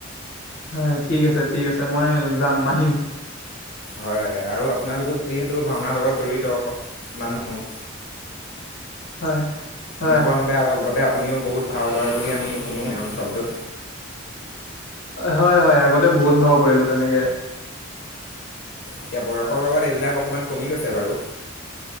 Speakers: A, on the left; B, on the left.
A: হয়, ঠিক আছে ঠিক আছে মই যাম আহিম।
B: হয়, আৰু আপোনালোকো যিহেতু ভাওনাৰ লগত জড়িত মানুহ
A: হয়।
B: শুনা
A: হয়
B: পোৱা মতে আগতে আপুনিও বহুত ভাও লয় বুলি আমি শুনো এই অঞ্চলটোত।
A: হয় হয় আগতে বহুত ভাও কৰিলো তেনেকে
B: এতিয়া বয়সৰ লগত এইবিলাক অকণমান কমি গৈছে বাৰু